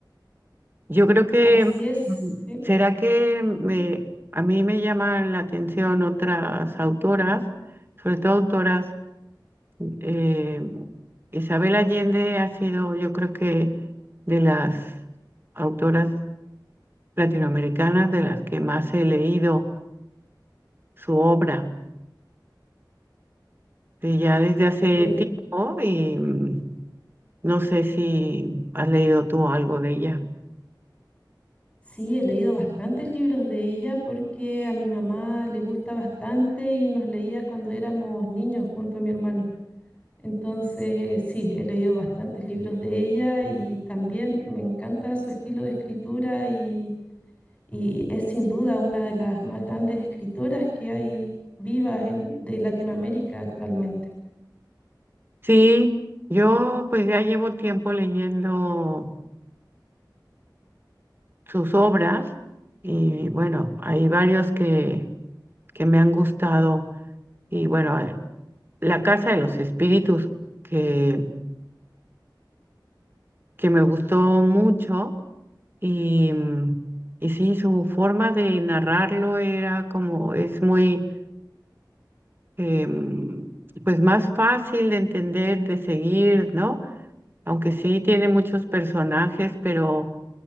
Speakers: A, on the right; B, on the left.
A: Yo creo que,
B: Así es,
A: mm,
B: sí.
A: ¿será que me, a mí me llaman la atención otras autoras, sobre todo autoras, eh, Isabel Allende ha sido, yo creo que, de las autoras latinoamericanas de las que más he leído su obra de ya desde hace
B: Eh,
A: tiempo y mm, no sé si has leído tú algo de ella.
B: sí, he leído bastantes libros de ella porque a mi mamá le gusta bastante y nos leía cuando éramos niños junto a mi hermano. Entonces, sí, he leído bastantes libros de ella y también me encanta su estilo de escritura y, y es sin duda una de las más grandes escritoras que hay vivas en- de Latinoamérica actualmente.
A: Sí, yo pues ya llevo tiempo leyendo sus obras y bueno, hay varios que, que me han gustado y bueno, eh, La Casa de los Espíritus que, que me gustó mucho Y, mm, y sí, su forma de narrarlo era como, es muy, em, pues más fácil de entender, de seguir, ¿no? Aunque sí tiene muchos personajes, pero